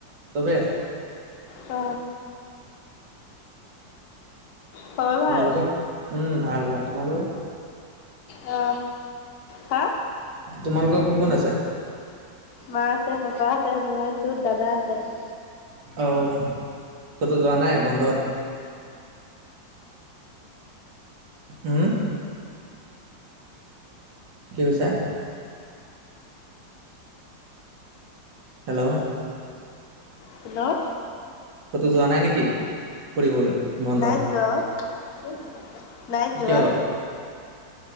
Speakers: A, on the right (about 75°); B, on the left (about 60°).
A: চবে আছে।
B: অ। খবৰ ভাল
A: তোমালোকৰ? উম ভাল, ভাল। তোমালোকৰ?
B: অ, হা?
A: তোমালোকৰ কোন কোন আছে?
B: মা আছে, পাপা আছে, মই আছো, দাদা আছে আৰু।
A: অও, ক'তো যোৱা নাই বন্ধত? হুম? কি কৈছা? হেল্ল',
B: হেল্ল',
A: কতো যোৱা নাই নেকি ফুৰিবলৈ? বন্ধত?
B: নাই যোৱা অ, নাই যোৱা।
A: কিয়?